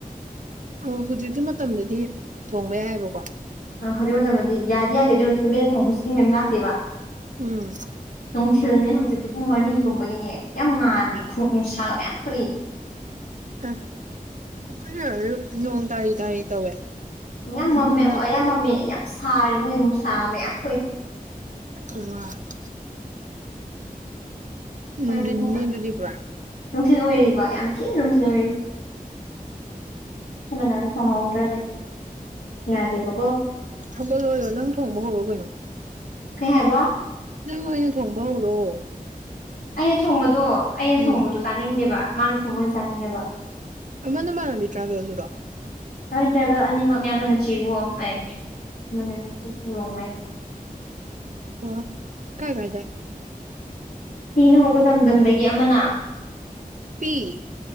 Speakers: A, on the right; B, on the left.
A: ꯑꯣ ꯍꯧꯖꯤꯛꯀꯤ ꯃꯇꯝꯗꯗꯤ ꯊꯣꯡꯕ ꯌꯥꯏꯑꯕꯀꯣ
B: ꯑ ꯍꯧꯖꯤꯛ ꯃꯇꯝꯗꯗꯤ ꯌꯥꯗꯦ ꯌꯥꯗꯦ ꯑꯗꯨꯑꫭꯔꯁꯨ ꯇꯨꯃꯤꯟꯅ ꯊꯣꯡꯕꯁꯨꯤꯡ ꯃꯌꯥꯝ ꯂꯥꯛꯇꯦꯕ
A: ꯎꯝ
B: ꯅꯨꯡꯊꯤꯜꯅꯦ ꯍꯧꯖꯤꯛꯇꯤ ꯄꯨꯡ ꯃꯔꯤꯒꯨꯝꯕꯒꯤꯅꯦ ꯌꯥꯝ ꯉꯥꯟꯜꯂꯤ ꯈꯣꯡ ꯅꯨꯡꯁꯥꯒ ꯃꯌꯥꯝ ꯊꯣꯛꯏ
A: ꯑꯥ ꯑꯩꯈꯣꯏꯅ ꯅꯣꯡ ꯇꯥꯔꯤ ꯇꯥꯔꯤ ꯇꯧꯋꯦ
B: ꯂꯣꯟ
A: ꯑꯗꯨꯗꯨꯅ
B: ꯃꯝꯃꯦ ꯌꯥꯝ ꯃꯝꯃꯦ ꯑꯣ ꯌꯥꯝ ꯁꯥꯔꯦ ꯑꯈꯣꯏ ꯅꯨꯡꯁꯥꯒꯥ ꯃꯌꯥꯝ ꯊꯣꯛꯏ
A: <unintelligible> ꯅꯨꯡꯊꯤꯟꯅꯤꯅꯦ
B: <unintelligible>
A: ꯑꯗꯨꯗꯤ ꯄꯨꯔꯥ
B: ꯅꯨꯡꯊꯤꯜ ꯑꯣꯏꯔꯤꯕ ꯌꯥꯝ ꯊꯤꯅ ꯅꯨꯡꯊꯤꯜ ꯑꯣꯏꯔꯤ <unintelligible> ꯊꯣꯡꯍꯧꯗ꯭ꯔꯗꯤ ꯌꯥꯗꯦꯕꯀꯣ
A: ꯊꯒꯠꯂꯣ ꯅꯪ ꯊꯣꯡꯕ ꯍꯧꯔꯣ ꯀꯩꯅꯣ
B: ꯀꯩ ꯍꯥꯏꯕ
A: ꯅꯪ ꯑꯣꯏꯅꯥ ꯊꯣꯡꯕ ꯍꯧꯔꯛꯑꯣ
B: ꯑꯩꯅ ꯊꯣꯡꯕꯗꯣ ꯑꯩꯅ
A: ꯎꯝ
B: ꯊꯣꯡꯕꯗꯣ ꯆꯥꯅꯤꯡꯗꯦꯕ ꯃꯥꯅ ꯊꯣꯡꯕ ꯑꯣꯏꯅ ꯆꯥꯅꯤꯡꯉꯦꯕ
A: ꯑꯃꯥ ꯅꯃꯥꯟꯅꯕꯤ ꯇ꯭ꯔꯥꯚꯦꯜꯗꯨꯗꯣ
B: ꯍꯣꯏ ꯇ꯭ꯔꯥꯏꯕꯦꯜ ꯑꯅꯤꯃꯛꯅꯦ ꯑꯃꯟꯅ ꯆꯤꯔꯨꯑꯣ ꯑꯃꯥꯡ ꯔꯣꯡꯃꯩ
A: ꯑꯣ ꯀꯥꯏꯋꯥꯏꯗꯦ
B: ꯏꯌꯨ ꯍꯧꯕ ꯂꯝꯗꯝꯗꯒꯤ ꯑꯃꯅ
A: ꯄꯤ